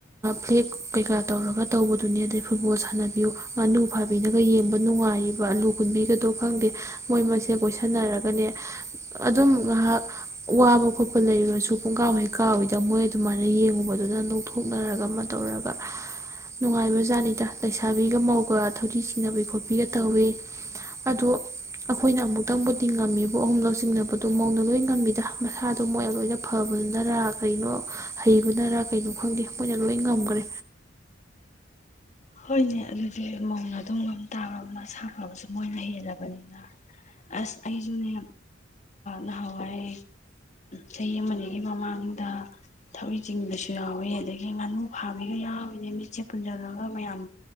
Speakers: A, on the right; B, on the left.
A: ꯐ꯭ꯂꯦꯛ ꯀꯩꯀꯥ ꯇꯧꯔꯒ ꯇꯧꯕꯗꯨꯅꯦ ꯑꯗꯩ ꯐꯨꯠꯕꯣꯜ ꯁꯥꯟꯅꯕꯤꯌꯨ ꯉꯥꯅꯨ ꯐꯥꯕꯤꯅꯒ ꯌꯦꯡꯕ ꯅꯨꯡꯉꯥꯏꯔꯤꯕ ꯑꯂꯨ ꯀꯨꯟꯕꯤꯒꯗꯣ ꯈꯪꯗꯦ ꯃꯣꯏ ꯃꯁꯦ ꯀꯣꯏꯁꯟꯅꯔꯒꯅꯦ ꯑꯗꯨꯝ ꯉꯥꯏꯍꯥꯛ ꯋꯥꯕ ꯈꯣꯠꯄ ꯂꯩꯔꯁꯨ ꯄꯨꯡꯀꯥꯎ ꯍꯩ ꯀꯥꯎꯋꯏꯗ ꯃꯣꯏ ꯑꯗꯨꯃꯥꯏꯅ ꯌꯦꯡꯉꯨꯕꯗ ꯑꯗꯨꯅ ꯅꯣꯛꯊꯣꯛꯅꯔꯒ ꯑꯃ ꯇꯧꯒ ꯅꯨꯡꯉꯥꯏꯕ ꯖꯥꯠꯅꯤꯗ ꯂꯩꯁꯥꯕꯤꯒ ꯃꯧꯒ ꯊꯧꯊꯤ ꯆꯤꯡꯅꯕꯤ ꯈꯣꯠꯄꯤꯒ ꯇꯧꯋꯤ ꯑꯗꯣ ꯑꯩꯈꯣꯏꯅ ꯑꯃꯨꯛꯇꯪꯕꯨꯗꯤ ꯉꯝꯃꯤꯕ ꯑꯍꯨꯝ ꯂꯧ ꯆꯤꯡꯅꯕꯗꯣ ꯃꯧꯅ ꯂꯣꯏ ꯉꯝꯃꯤꯗ ꯃꯁꯥꯗꯣ ꯃꯣꯏꯅ ꯂꯣꯏꯅ ꯐꯕꯅꯔ ꯀꯩꯅꯣ ꯍꯩꯕꯅꯔ ꯀꯩꯅꯣ ꯈꯪꯗꯦ ꯃꯣꯏꯅ ꯂꯣꯏ ꯉꯝꯈ꯭ꯔꯦ
B: ꯍꯣꯏꯅꯦ ꯑꯗꯨꯗꯤ ꯃꯧꯅ ꯑꯗꯨꯣꯡꯕ ꯇꯥꯕ ꯃꯁꯥ ꯐꯕꯁꯨ ꯃꯣꯏꯅ ꯍꯦꯜꯂꯕꯅꯤꯅ ꯑꯁ ꯑꯩꯁꯨꯅꯦ ꯅꯍꯥꯟꯋꯥꯏ ꯆꯍꯤ ꯑꯃꯅꯤꯅꯤꯒꯤ ꯃꯃꯥꯡꯗ ꯊꯕꯏ ꯆꯤꯡꯕꯁꯨ ꯌꯥꯎꯋꯦ ꯑꯗꯒꯤ ꯉꯥꯅꯨ ꯐꯥꯕꯤꯒ ꯌꯥꯎꯏꯤꯅꯦ ꯃꯤꯠꯁꯦ ꯄꯨꯟꯁꯤꯜꯂꯒ ꯃꯌꯥꯝ